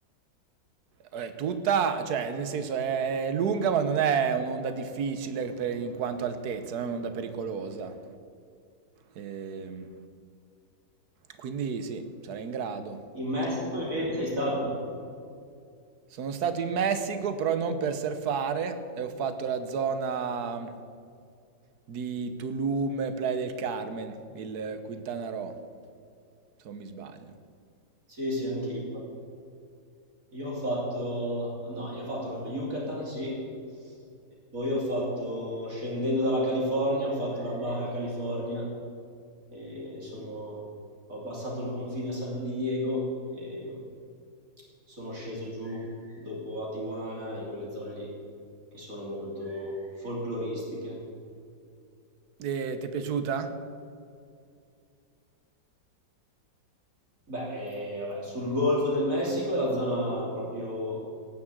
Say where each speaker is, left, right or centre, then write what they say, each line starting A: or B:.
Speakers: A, on the right (about 60°); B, on the right (about 45°).
A: È tutta, cioè, nel senso è lunga, ma non è un'onda difficile per- in quanto altezza, non è un'onda pericolosa. Ehm, quindi sì, sarei in grado.
B: In Messico invece sei stato?
A: Sono stato in Messico, però non per surfare, e ho fatto la zona di Tulum, Playa del Carmen, il Quintana Roo, se non mi sbaglio.
B: Sì, sì, anch'io. Io ho fatto, no, io ho fatto lo Yucatan, sì, e poi ho fatto, scendendo dalla California, ho fatto la Baja California, e sono, ho passato il confine a San Diego e sono sceso giù dopo a Tijuana e quelle zone lì che sono molto folcloristiche.
A: E ti è piaciuta?
B: Beh, eh, vabbè, sul Golfo del Messico è la zona proprio